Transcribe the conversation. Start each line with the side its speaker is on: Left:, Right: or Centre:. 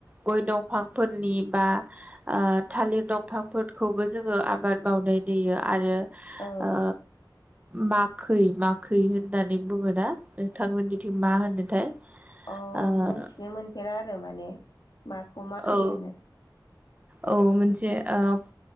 Right: गय दंफांफोरनि बा आ थालिर दंफांफोरखौ बो जोङो आबाद मावनाय नुयो आरो
Left: औ
Right: ओ माखै माखै होननानै बुङोना नोंथांमोननिथिं मा होनोथाय
Left: अ
Right: ओ
Left: मोनथिनो मोनफेरा आरो माने माखौ माखै
Right: औ
Left: होनो
Right: औ मोनसे ओब